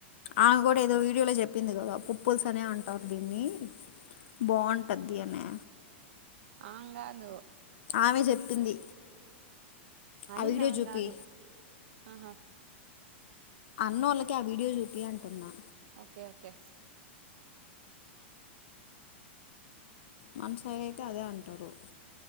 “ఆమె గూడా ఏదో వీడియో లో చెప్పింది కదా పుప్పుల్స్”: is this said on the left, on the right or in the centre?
Left